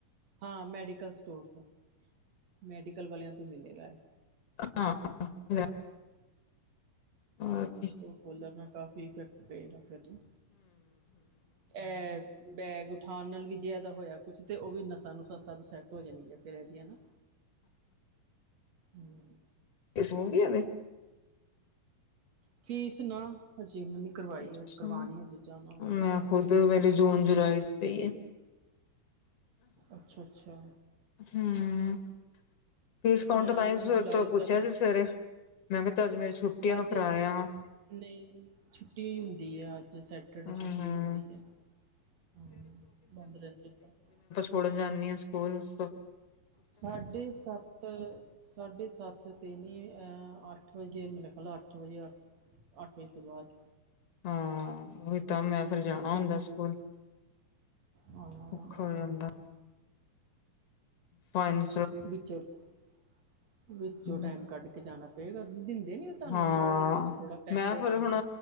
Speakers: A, on the right; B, on the left.
A: ਹਾਂ ਮੈਡੀਕਲ ਸਟੋਰ ਤੋਂ, ਮੈਡੀਕਲ ਵਾਲਿਆਂ ਤੋਂ ਮਿਲੇਗਾ ਇਹ
B: ਹਾਂ ਜਾ ਓਕੇ।
A: ਉਹ ਕਲਰ ਨਾਲ ਕਾਫ਼ੀ ਇਫੈਕਟ ਪਏਗਾ। ਫਿਰ ਵੀ ਇਹ ਬੈਗ ਉਠਾਉਣ ਨਾਲ ਵੀ ਜਿਆਦਾ ਹੋਇਆ ਕੁਛ ਤੇ ਉਹ ਵੀ ਨਸਾਂ ਨੂਸਾ ਸਬ ਸੈੱਟ ਹੋ ਜਾਣਗੀਆਂ। ਰਹਿਦੀਆਂ ਨਾ ਹੂੰ
B: ਕਿਸਮ ਵੀ ਇਹਨੇ।
A: ਫੀਸ ਨਾ ਹਜੇ ਮ ਕਰਵਾਈ
B: ਅੱਛਾ
A: ਕਰਵਾਣੀ ਆ ਹਜੇ ਜਾਣਾ ਹੂੰ
B: ਮੈਂ ਖੁਦ ਮੇਰੀ ਜੂਨ ਜੁਲਾਈ ਸਹੀ ਹੈ।
A: ਅੱਛਾ-ਅੱਛਾ।
B: ਹੂੰ ਫੀਸ ਅਕਾਊਂਟ
A: ਮੈਂ
B: ਵਿੱਚ ਪਾਈ
A: ਨਹੀਂ
B: ਤਾਂ
A: ਜੁਲਾਈ
B: ਹੀ ਤੋਂ ਪੁੱਛਿਆ
A: ਤੱਕ
B: ਸੀ ਸਵੇਰੇ ਮੈਂ ਕਿਹਾ ਅੱਜ ਮੇਰੀ ਛੁੱਟੀ ਆ
A: ਅੱਜ
B: ਮੈਂ ਕਰਾਇਆ
A: ਸ
B: ਵਾ
A: ਨਹੀਂ ਛੁੱਟੀ ਹੁੰਦੀ ਆ ਅੱਜ ਸੈੱਟ ਜਿਹੜੀ
B: ਹੂੰ
A: ਛੁੱਟੀ ਹੁੰਦੀ ਆ ਹੀ ਹੈ ਬੰਦ ਰਹਿੰਦੇ ਸਾਰੇ
B: ਫੜਨ ਜਾਂਦੀ ਹਾਂ ਸਕੂਲ ਉਸ ਤੋਂ
A: ਸਾਢੇ ਸੱਤ। ਸਾਢੇ ਸੱਤ 'ਤੇ ਨਹੀਂ ਅ ਅੱਠ ਵਜੇ ਮੇਰਾ ਖਿਆਲ ਅੱਠ ਵਜੇ ਅੱਠ ਅੱਠ ਵਜੇ ਤੋਂ ਬਾਅਦ।
B: ਹਾਂ ਉਈ ਤਾਂ ਮੈ ਫਿਰ ਜਾਣਾ
A: ਉਸ ਤੋਂ
B: ਹੁੰਦਾ ਸਕੂਲ
A: ਹਾਂ
B: ਔਖਾ ਹੋ ਜਾਂਦਾ। ਪਾਣੀ
A: ਵਿੱਚੋਂ-ਵਿੱਚੋ
B: ਫਿਰ
A: ਟਾਈਮ ਕੱਢ ਕੇ ਜਾਣਾ ਪਏਗਾ ਦਿੰਦੇ ਨੀ ਤੁਹਾਨੂੰ
B: ਹਾਂ
A: ਥੋੜ੍ਹਾ ਜਿਹਾ ਵਿੱਚ ਥੋੜਾ ਟਾਈਮ
B: ਮੈਂ
A: ਦੇਣ।
B: ਫਿਰ ਹੁਣ